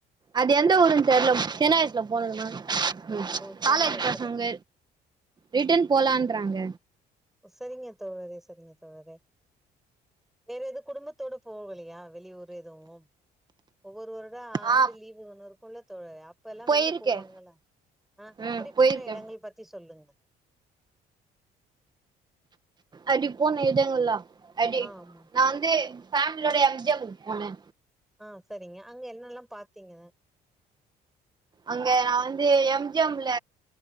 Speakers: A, on the right (about 25°); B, in the centre.
A: அது எந்த ஊருன் தெர்ல சின்ன வயசுல போனதுமா ம்
B: ஓ சின்ன
A: காலேஜ்
B: வயசுல
A: பசங்க
B: ப
A: ரிட்டன் போலான்றாங்க
B: சரிங்க தோழறே சரிங்க தோழறே வேற எது குடும்பத்தோட போவலையா வெளியூர் எதுவு ஒவ்வொரு வருட ஆண்டு
A: ஆ
B: லீவு ஒண்ணருக்குள்ள தோழரே இப்ப எல்லா
A: போயிருக்கே
B: வெளில போவாங்கள்ள ஆ
A: ம்
B: அப்டி
A: போயிருக்கே
B: போன எடங்கள் பத்தி சொல்லுங்க
A: அடி போனே எடங்கள்ளா அடி
B: ஆ ஆமா
A: நா வந்து ஃபேமிலியோட எம் ஜி எம்க் போன
B: ஆ சரிங்க அங்க என்னெல்லா பாத்தீங்கத
A: அங்க நா வந்து எம் ஜி எம்ல